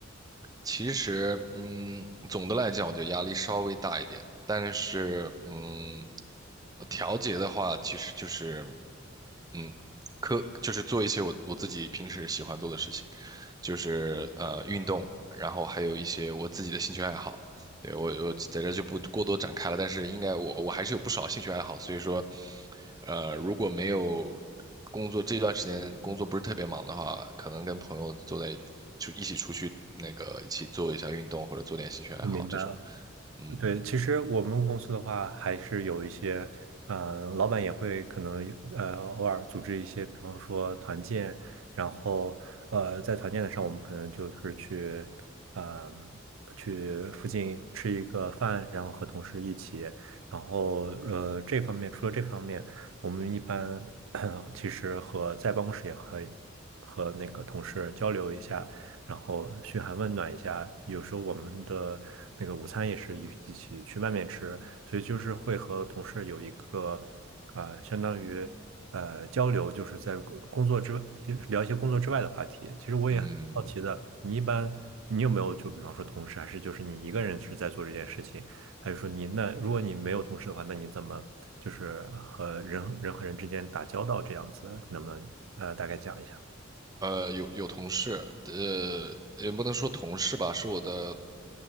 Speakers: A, on the right (about 20°); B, on the right (about 75°).
A: 其实，嗯，总的来讲，我觉得压力稍微大一点，但是，嗯，呃调节的话，其实就是，嗯，科就是做一些我我自己平时喜欢做的事情，就是呃运动，然后还有一些我自己的兴趣爱好。对，我我在这就不过多展开了，但是应该我我还是有不少兴趣爱好，所以说，呃，如果没有工作这段时间工作不是特别忙的话，可能跟朋友坐在就一起出去那个一起做一下运动或者做点兴趣爱好这种的，
B: 我明白了。
A: 嗯
B: 对，其实我们公司的话，还是有一些，嗯，老板也会可能呃偶尔组织一些，比方说团建，然后呃在团建的上，我们可能就是去，嗯、去附近吃一个饭，然后和同事一起，然后呃这方面除了这方面，我们一般 <coughs> <clears throat> 其实和在办公室也和和那个同事交流一下。然后嘘寒问暖一下。有时候我们的那个午餐也是一一起去外面吃，所以就是会和同事有一个呃，相当于呃交流，就是在工工作之外聊一些工作之外的话题。其实我也很好奇的，
A: 嗯，
B: 你一般你有没有就比方说同事，还是就是你一个人是在做这件事情，还是说你那如果你没有同事的话，那你怎么就是和人人和人之间打交道这样子？那么呃，大概讲一下。
A: 呃，有有同事，呃，也不能说同事吧，是我的